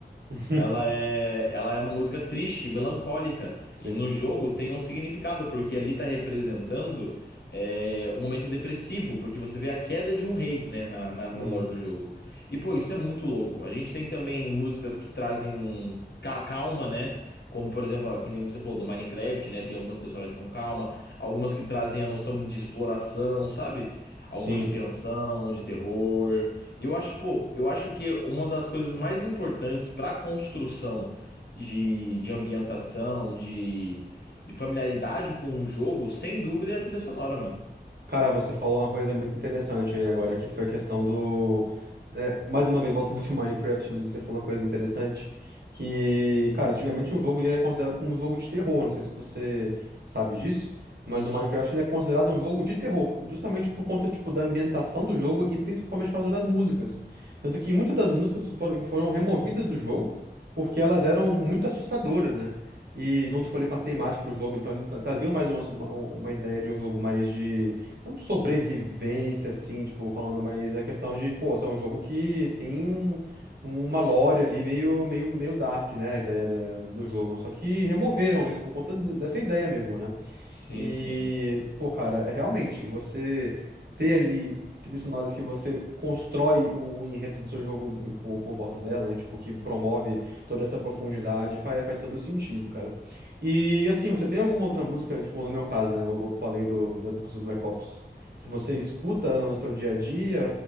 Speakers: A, on the right; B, on the left.
A: <laughs>
B: ela é, ela é uma música triste, melancólica,
A: Sim.
B: e no jogo tem um significado, porque ali tá representando é, um momento depressivo, porque você vê a queda de um rei, né, na, na, na
A: Uhum.
B: lore do jogo. E pô, isso é muito louco. A gente tem também músicas que trazem ca- calma, né, como por exemplo, ó, que nem você falou do Minecraft, né, tem algumas trilhas sonoras que são calma, algumas que trazem a noção de exploração, sabe? Algumas
A: Sim.
B: de tensão, de terror. Eu acho, pô, eu acho que uma das coisas mais importantes para construção de, de ambientação, de, de familiaridade com o jogo, sem dúvida, é a trilha sonora, mano.
A: Cara, você falou uma coisa muito interessante aí agora, que foi a questão do. é, mais uma vez voltando <laughs> pro Minecraft, mas você falou uma coisa interessante, que, cara, antigamente o jogo ele era considerado como um jogo de terror, não sei se você sabe disso, mas
B: Uhum.
A: o Minecraft ele é considerado um jogo de terror, justamente por conta, tipo, da ambientação do jogo e principalmente por causa das músicas. Tanto que muitas das músicas foram, que foram removidas do jogo, porque elas eram muito assustadoras, né? E junto com, ele, com a temática do jogo, então ele tra- trazia mais uma, uma uma ideia de um jogo mais de não de sobrevivência, assim, tipo, falando, mas a questão de, pô, isso é um jogo que tem um, uma lore ali meio, meio, meio dark, né? A ideia da- do jogo. Só que removeram isso por conta d- dessa ideia mesmo, né?
B: Sim,
A: E,
B: sim.
A: pô, cara, é realmente você ter ali trilhas sonoras que você constrói o, o enredo do seu jogo em- por, por volta dela, né? Tipo, que promove toda essa profundidade, faz, faz todo sentido, cara. E, assim, você tem alguma outra música, tipo, no meu caso, né? Eu, eu falei do, das músicas do Black Ops, que você escuta no seu dia a dia,